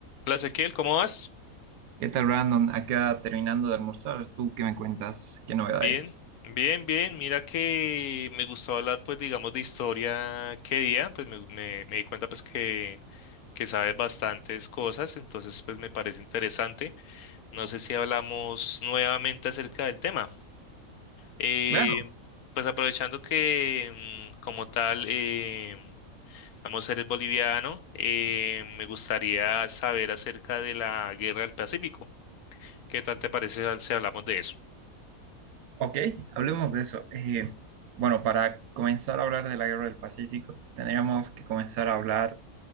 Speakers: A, on the left; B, on the right.
A: Hola Ezequiel, ¿cómo vas?
B: ¿Qué tal, Brandon? Acá terminando de almorzar, ¿tú qué me cuentas? ¿Qué novedades?
A: Bien, bien, bien. Mira que me gustó hablar, pues, digamos, de historia qué día, pues me, me- me di cuenta, pues, que, que sabes bastantes cosas, entonces, pues, me parece interesante. No sé si hablamos nuevamente acerca del tema. Eh,
B: Claro,
A: pues, aprovechando que, mm, como tal, eh, vamos a ser boliviano, eh, me gustaría saber acerca de la Guerra del Pacífico. ¿Qué tal te parece si hablamos de eso?
B: ok, hablemos de eso. Eh, bueno, para comenzar a hablar de la Guerra del Pacífico, tendríamos que comenzar a hablar